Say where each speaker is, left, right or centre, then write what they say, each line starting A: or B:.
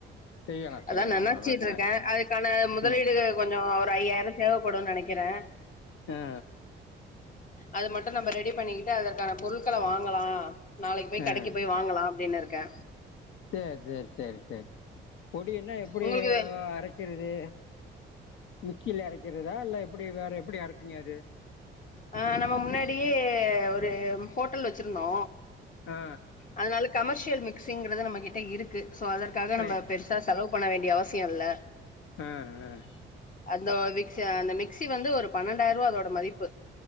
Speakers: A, on the left (about 75°); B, on the left (about 40°).
A: செய்யலா
B: அதா
A: செய்யலா
B: ‌நெனச்சுட்ருக்கே
A: நல்ல
B: அது க்கான முதலீடு
A: ஆ
B: கொஞ்ச ஒரு ஐயாயிர தேவைப்படுன் நெனைக்கிறே
A: ஆ
B: அது மட்டு நம்ப ரெடி பண்ணிக்கிட்டு அதற்கான பொருட்கள வாங்கலா நாளைக்கு போய்
A: ஆ
B: கடைக்கு போய் வாங்கலா அப்டின்னு இருக்கே
A: சேர் சேர் சேர் சேர் பொடி என்னா எப்டி
B: உங்களுக்கு
A: அரை க்கிறது மிக்ஸில அறக்கிறதா இல்ல எப்டி வேற எப்டி அரப்பிங்க அது
B: ஆ நம்ம முன்னாடியே ஒரு ஹோட்டல் வச்சிருந்தோ
A: ஆ
B: அதனால கமர்ஷியல் மிக்சிங்கிறது நம்ம கிட்ட இருக்கு சோ அதற்காக
A: பிளே
B: நம்ப பெரு சா செலவு பண்ண வேண்டிய அவசிய இல்ல
A: ஆ ஆ
B: அந்த மிக்ஸி அந்த மிக்ஸி வந்து ஒரு பன்னெண்டாயருவா அதோட மதிப்பு